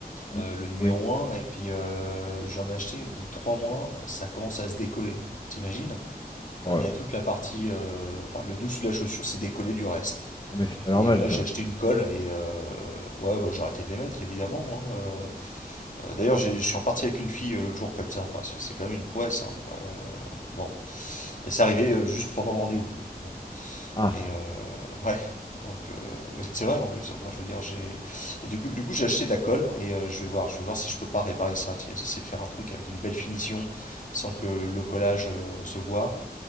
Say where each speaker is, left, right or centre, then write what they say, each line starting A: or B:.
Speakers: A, on the left; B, on the left.
A: Mm.
B: euh, le numéro
A: Oui.
B: un. Et puis, euh, j'en ai acheté. Au bout de 3 mois, ça commence à se décoller. T'imagines?
A: Oh
B: Enfin, Il
A: là
B: y a
A: là.
B: toute la partie. euh, Enfin, le dessous de la chaussure, c'est décollé du reste.
A: Ah mais c'est pas normal
B: Et euh, là,
A: ça.
B: j'ai acheté une colle. Et euh, ouais, bah, j'ai arrêté de les mettre, évidemment. hein, euh. Euh, d'ailleurs, j'ai- je suis reparti avec une fille euh, l'autre jour, comme ça. Enfin, c'est c'est quand même une poisse. hein, euh, bon. Et c'est arrivé euh, juste pendant le rendez-vous. Bon,
A: Ah,
B: et euh, ouais. Donc, euh, mais c'est vrai en plus. Enfin, je veux dire, j'ai. Et du coup, du coup, j'ai acheté de la colle et euh, je vais voir, je vais voir si je peux pas réparer ça. tu sais, Essayer de faire un truc avec une belle finition sans que le collage euh, se voit.